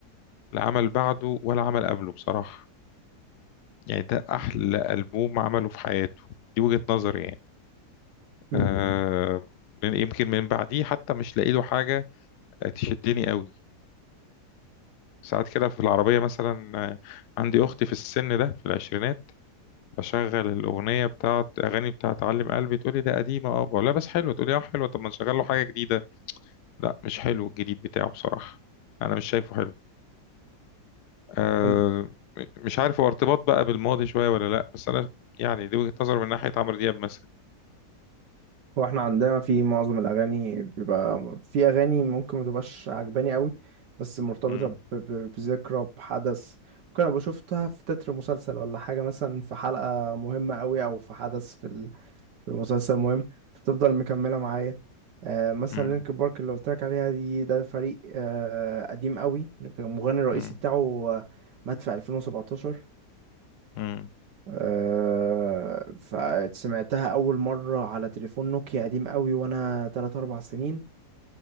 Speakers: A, on the left; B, on the right.
A: لا عمل بعده ولا عمل قبله بصراحه يعني ده أحلى ألبوم عمله في حياته دي وجهة نظري يعني
B: مم.
A: آه من- يمكن من بعديه حتى مش لاقي له حاجة آه، تشدني قوي ساعات كده في العربية مثلا آه، عندي أختي في السن ده في العشرينات بشغل الأغنية بتاعت أغاني بتاعت علم قلبي تقولي ده قديمة اه بقول لها بس حلوة تقولي اه حلوة طب ما نشغل له حاجة جديدة لا مش حلو الجديد بتاعه بصراحة أنا مش شايفه حلو آه
B: مم.
A: مش عارف هو ارتباط بقى بالماضي شوية ولا لا بس أنا يعني دي وجهة نظري من ناحية عمرو دياب مثلا
B: هو احنا عندنا في معظم الاغاني بيبقى في اغاني ممكن ما تبقاش عجباني قوي بس مرتبطه
A: مم.
B: ب- ب- بذكرى بحدث ممكن ابقى شفتها في تتر مسلسل ولا حاجه مثلا في حلقه مهمه قوي او في حدث في ال- في مسلسل مهم فتفضل مكمله معايا آه مثلا
A: مم.
B: لينك بارك اللي قلت لك عليها دي ده فريق آه قديم قوي كان المغني الرئيسي
A: مم.
B: بتاعه آه، مات في 2017
A: مم.
B: آه، فسمعتها أول مرة على تليفون نوكيا قديم قوي وأنا تلات أربع سنين